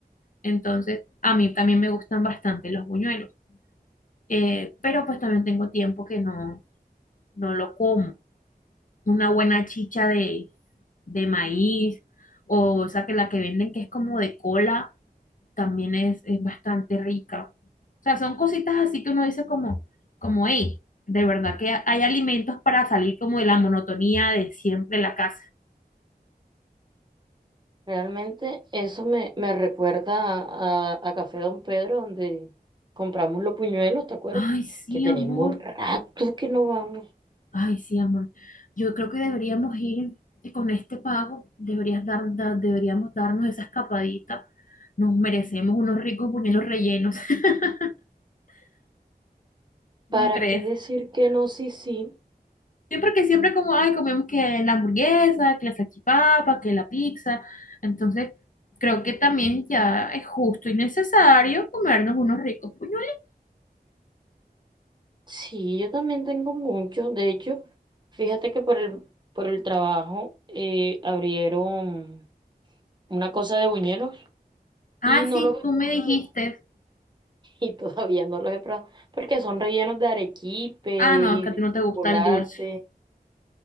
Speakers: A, on the left (about 55°); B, on the right (about 25°).
A: Entonces, a mí también me gustan bastante los buñuelos. Eh, pero pues también tengo tiempo que no, no lo como. Una buena chicha de, de maíz, o, o sea, que la que venden que es como de cola también es, es bastante rica. O sea, son cositas así que uno dice como, como, hey, de verdad que hay alimentos para salir como de la monotonía de siempre en la casa.
B: Realmente eso me, me recuerda a, a Café Don Pedro, donde compramos los buñuelos, ¿te acuerdas?
A: Ay, sí,
B: Que tenemos
A: amor.
B: rato que no vamos.
A: Ay, sí, amor. Yo creo que deberíamos ir con este pago, deberías dar, da- deberíamos darnos esa escapadita. Nos merecemos unos ricos buñuelos rellenos. <laughs>
B: ¿Para
A: ¿No crees?
B: qué decir que no? Sí, sí.
A: siempre que siempre como, ay, comemos que la hamburguesa, que la salchipapa, que la pizza. Entonces, creo que también ya es justo y necesario comernos unos ricos puñuelos.
B: Sí, yo también tengo mucho. De hecho, fíjate que por el, por el trabajo eh, abrieron una cosa de buñuelos
A: Ah,
B: y no
A: sí,
B: los he
A: tú me
B: probado.
A: dijiste.
B: <laughs> Y todavía no los he probado porque son rellenos de arequipe
A: Ah, no,
B: y
A: es que a ti
B: de
A: no
B: chocolate.
A: te gusta el dulce.